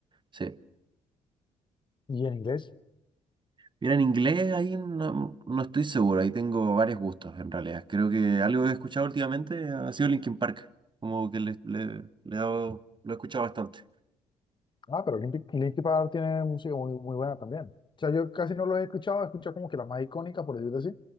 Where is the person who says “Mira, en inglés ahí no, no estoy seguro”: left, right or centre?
Right